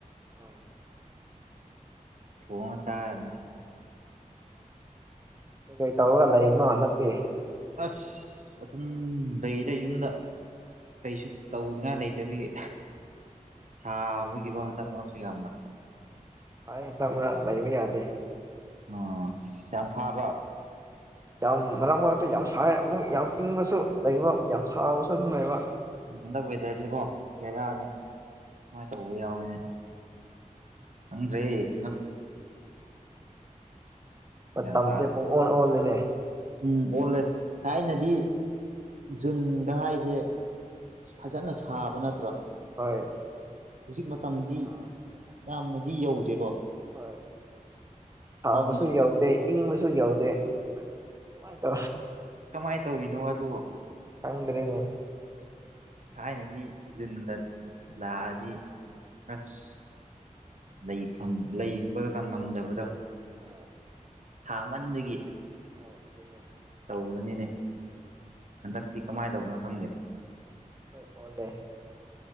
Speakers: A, on the right; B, on the right.
A: ꯑꯣ
B: ꯊꫭꯡꯉꯥ ꯆꯔꯦ
A: ꯀꯔꯤ ꯇꯧꯔꯒ ꯂꯩꯕꯅꯣ ꯍꯟꯗꯛꯇꯤ
B: ꯑꯁ ꯑꯗꯨꯝ ꯂꯩꯗꯥ ꯌꯨꯝꯗ ꯀꯩꯁꯨ ꯇꯧꯅꯤꯡꯉꯥꯏ ꯂꯩꯇꯕꯤꯒꯤ ꯁꯥꯕꯒꯤꯀꯣ ꯍꯟꯗꯛ ꯃꯔꯛꯁꯨ ꯌꯥꯝꯅꯥꯛ
A: ꯍꯟꯗꯛ ꯃꯔꯛ ꯂꯩꯕ ꯌꯥꯗꯦ
B: ꯑꯣ ꯌꯥꯝ ꯁꯥꯕ꯭ꯔꯣ
A: ꯌꯥꯝ ꯃꯔꯛ ꯃꯔꯛꯇ ꯌꯥꯝ ꯁꯥꯏ ꯑꯃꯨꯛ ꯌꯥꯝ ꯏꯪꯕꯁꯨ ꯂꯩꯕ ꯌꯥꯝ ꯁꯥꯕꯁꯨ ꯑꯗꯨꯝ ꯂꯩꯕ
B: ꯎꯝ ꯍꯟꯗꯛ ꯋꯦꯗꯔꯁꯤꯀꯣ ꯕꯦꯔꯥꯅꯤ
A: ꯍꯣꯏ
B: ꯁꯨꯃꯥꯏꯅ ꯇꯧꯕ ꯌꯥꯎꯋꯦꯅꯦ ꯈꯪꯗ꯭ꯔꯦ ꯍꯟꯗꯛ
A: ꯃꯇꯝꯁꯦ
B: ꯒ꯭ꯌꯥꯟ ꯇꯥꯗ꯭ꯔꯦ
A: ꯄꯨꯡ ꯑꯣꯟ ꯑꯣꯟꯂꯅꯦ
B: ꯎꯝ ꯑꯣꯜꯂꯦ ꯊꯥꯏꯅꯗꯤ ꯖꯨꯟꯒ ꯍꯥꯏꯁꯦ ꯐꯖꯅ ꯁꯥꯕ ꯅꯠꯇ꯭ꯔꯣ
A: ꯍꯣꯏ
B: ꯍꯧꯖꯤꯛ ꯃꯇꯝꯗꯤ
A: ꯅꯨꯡꯁꯥꯁꯦ ꯑꯁ
B: ꯌꯥꯝꯅꯗꯤ ꯌꯧꯗꯦꯀꯣ
A: ꯍꯣꯏ ꯁꯥꯕꯥꯁꯨ
B: ꯌꯥꯝꯅ
A: ꯌꯧꯗꯦ ꯏꯪꯕꯁꯨ ꯌꯧꯗꯦ ꯀꯃꯥꯏꯅ
B: ꯀꯃꯥꯏꯅ ꯇꯧꯔꯤꯅꯣ ꯑꯗꯨꯕꯨ
A: ꯈꯪꯗ꯭ꯔꯦꯅꯦ
B: ꯊꯥꯏꯅꯗꯤ ꯖꯨꯟꯗ ꯂꯥꯛꯑꯗꯤ ꯑꯁ ꯂꯩꯐꯝ ꯂꯩ ꯈꯣꯠꯂꯀ ꯉꯝꯗꯕꯗꯣ
A: ꯍꯣꯏ
B: ꯁꯥꯃꯟꯕꯒꯤ
A: ꯍ‌ꯣꯏ ꯑꯗꯨꯅꯦ
B: ꯇꯧꯕꯅꯤꯅꯦ ꯍꯟꯗꯛꯇꯤ ꯀꯃꯥꯏꯟ ꯇꯧꯕꯅꯣ ꯈꯪꯗꯦ
A: ꯍꯣꯏ ꯑꯣꯜꯂ‌ꯦ